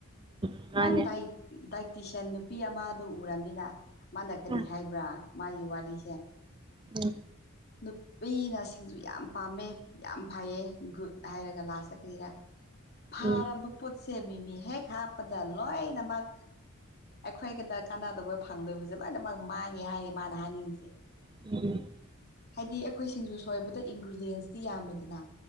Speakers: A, on the right; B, on the left.
A: ꯎꯝ ꯃꯥꯅꯦ
B: ꯅꯪ ꯗꯥꯏ ꯗꯥꯏꯇꯤꯁꯤꯌꯥꯟ ꯅꯨꯄꯤ ꯑꯃꯗꯨ ꯎꯔꯝꯅꯤꯗ ꯃꯥꯅ ꯀꯔꯤ
A: ꯑ
B: ꯍꯥꯏꯕ꯭ꯔꯥ ꯃꯥꯒꯤ ꯋꯥꯔꯤꯁꯦ
A: ꯎꯝ
B: ꯅꯨꯄꯤꯅ ꯁꯤꯡꯖꯨ ꯌꯥꯝ ꯄꯥꯝꯃꯦ ꯌꯥꯝ ꯐꯩꯌꯦ ꯒꯨꯗ ꯍꯥꯏꯔꯒ ꯂꯥꯁꯇ ꯀꯩꯔꯥ ꯐꯥꯔꯕ
A: ꯎꯝ
B: ꯄꯣꯠꯁꯦ ꯃꯤꯃꯤ ꯍꯦꯛ ꯍꯥꯞꯄꯗ ꯂꯣꯏꯅꯃꯛ ꯑꯩꯈꯣꯏꯒꯗ ꯀꯥꯟꯅꯗꯕ ꯐꯪꯗꯕꯁꯦ ꯂꯣꯏꯅꯃꯛ ꯃꯥꯡꯉꯦ ꯍꯥꯏꯌꯦ ꯃꯥꯅ ꯍꯥꯏꯅꯤꯡꯉꯤꯁꯦ
A: <unintelligible>
B: ꯍꯥꯏꯗꯤ ꯑꯩꯈꯣꯏ ꯁꯤꯡꯖꯨ ꯁꯣꯏꯕꯗ ꯏꯟꯒ꯭ꯔꯤꯗꯤꯌꯦꯟꯁꯇꯤ ꯌꯥꯝꯃꯦꯗꯅ